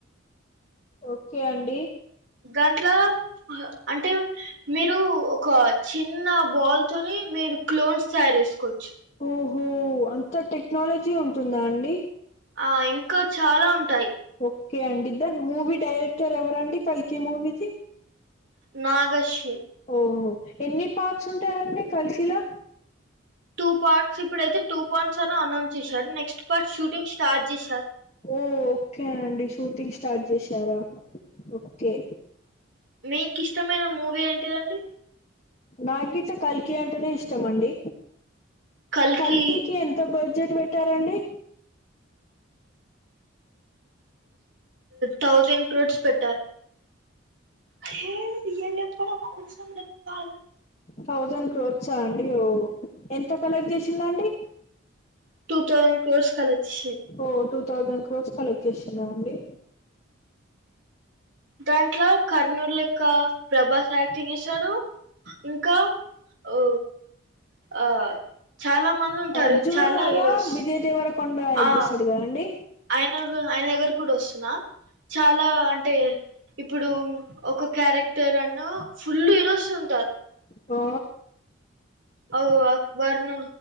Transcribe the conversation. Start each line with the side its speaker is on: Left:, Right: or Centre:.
Left: ఒక్కే అండి.
Right: గాంట్లా అంటె మీరూ ఒక చిన్న బాల్ తొని మీరు క్లోన్స్ తయార్జేస్కోచ్చు.
Left: ఓహో అంత టెక్నాలజీ ఉంటుందా అండి
Right: ఆ
Left: ఇంక
Right: ఇంకా
Left: చాలా ఉంటయ్
Right: ఉంటాయి
Left: ఒ ఒకే అండి దాన్ మూవీ డైరెక్టరెవరండి కల్కీ మూవీకి.
Right: నాగశ్విన్
Left: ఓహో ఎన్ని పార్ట్సుంటాయండి కల్కీలొ
Right: టూ పార్ట్స్, ఇప్పుడైతె టూ పాండ్సని అనౌన్చేశారు, నెక్స్ట్ పార్ట్స్ షూటింగ్ స్టార్ట్ జేశారు.
Left: ఓ ఒక్కే అండి షూటింగ్ స్టార్ట్ జేశారా ఒక్కే.
Right: మీకిష్టమైన మూవీ ఏంటిదండి.
Left: నాగ్గిట్ల కల్కీ అంటెనె ఇష్టమండి
Right: కల్కి
Left: కల్కీకి ఎంత బడ్జెట్ పెట్టారండి
Right: థౌజండ్ క్రోర్స్ పెట్టారు హే రయల్ జెప్పడం అవ్సరం లేద్ బాయ్
Left: థౌజండ్ క్రోర్సా అండి ఓ ఎంత కలెక్ట్ జేషిందండి
Right: టూ థౌజండ్ కోర్స్ కలెక్చ్
Left: ఓ టూ థౌజండ్ క్రోర్స్ కలెక్ట్ చేషిందా అండి
Right: దాంట్లో కర్ణుడ్ లెక్క ప్రభాస్ యాక్ తీసడు ఇంకా ఓ ఆ చాలా మందుంటారు
Left: అర్జును
Right: చాలా
Left: లాగా
Right: ఈరోజ్ <unintelligible>
Left: విజయ్ దేవరకొండ యాక్ట్
Right: <inaudible> ఆ
Left: చేస్తాడు కదండి
Right: ఆయన గు ఆయన దగ్గర్ గూడొస్తున్నా చాలా అంటే ఇప్పుడూ ఒక క్యారెక్టరన్న ఫుల్ల్ ఈరోసుంటారు
Left: ఓ
Right: ఓ అక్బర్ను